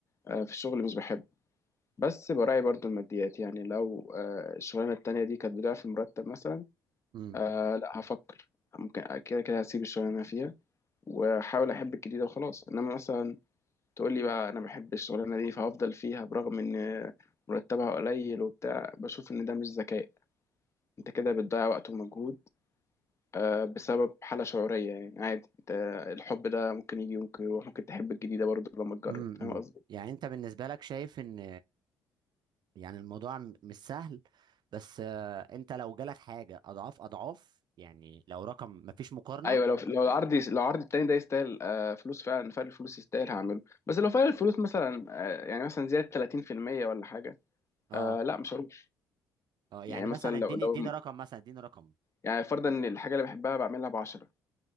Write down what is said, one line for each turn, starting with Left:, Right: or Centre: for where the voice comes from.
Left: آه، في الشغل مش بحبه بس براعي برضو الماديات يعني لو آه، الشغلانة التانية دي كانت بضعف المرتب مثلا
Right: امم
Left: آه لا هفكر ممكن كده كده هسيب الشغلانة اللي أنا فيها وأحاول أحب الجديدة وخلاص إنما مثلا تقول لي بقى أنا بحب الشغلانة دي فهفضل فيها برغم إن مرتبها قليل وبتاع بشوف إن ده مش ذكاء أنت كده بتضيع وقت ومجهود آه بسبب حالة شعورية يعني عادي أنت الحب ده ممكن يجي ممكن يروح ممكن تحب الجديدة برضو لما تجرب
Right: امم
Left: فاهم قصدي؟
Right: يعني انت بالنسبه لك شايف ان يعني الموضوع م- مش سهل بس آه، انت لو جالك حاجه اضعاف اضعاف يعني لو رقم مفيش مقارنه
Left: ايوه لو لو العرض يس- لو العرض التاني ده يستاهل آه، فلوس فعلا فعلا الفلوس يستاهل هعمله بس لو فعلا الفلوس مثلا آه، يعني مثلا زياده 30% ولا حاجه
Right: اه
Left: آه لا مش هروح
Right: اه يعني
Left: يعني مثلا
Right: مثلا
Left: لو
Right: اديني
Left: لو
Right: اديني رقم مثلا اديني رقم
Left: يعني فرضا ان الحاجه اللي بحبها بعملها ب 10